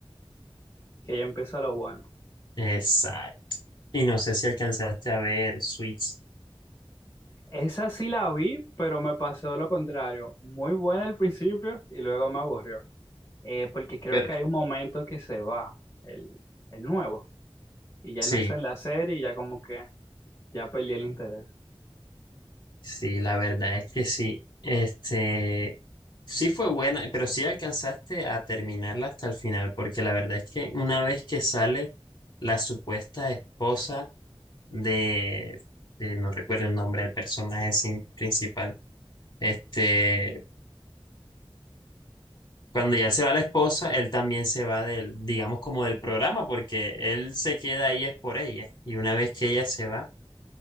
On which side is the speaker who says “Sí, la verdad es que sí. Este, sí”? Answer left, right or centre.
Left